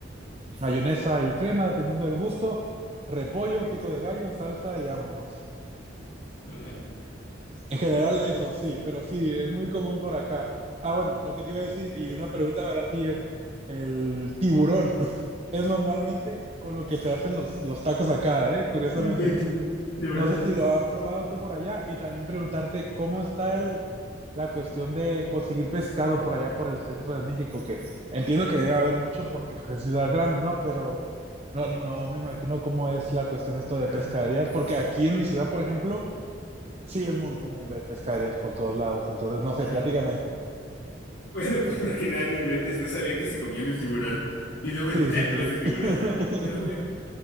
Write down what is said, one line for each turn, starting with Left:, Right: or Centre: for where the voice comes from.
Right: mayonesa y crema, dependiendo del gusto, repollo, pico de gallo, salsa y vámonos.
Left: Órale.
Right: En general
Left: <laughs>
Right: eso, sí, pero sí, es muy común por acá. Ah, bueno, lo que te iba a decir y una
Left: Ajá.
Right: pregunta para ti es, el tiburón <laughs> es normalmente con lo que se hacen los, los tacos acá, ¿eh? Curiosamente.
Left: No inventes. ¿De verdad?
Right: No sé si lo has probado tú por allá y también preguntarte cómo está el, la cuestión de conseguir pescado por allá por el centro de México, que entiendo que debe haber mucho porque pues, es ciudad grande, ¿no? Pero no, no me imagino cómo es la cuestión esto de
Left: Ajá.
Right: pescaderías, porque aquí en mi ciudad, por ejemplo, Sí, es muy común ver pescaderías por todos lados, entonces no sé,
Left: Ajá.
Right: platícame.
Left: Bueno, <laughs> primero que nada, no inventes. No sabía que se comían el tiburón. Y luego
Right: Sí,
Left: en tacos
Right: sí, sí.
Left: de tiburón.
Right: <laughs>
Left: No, güey.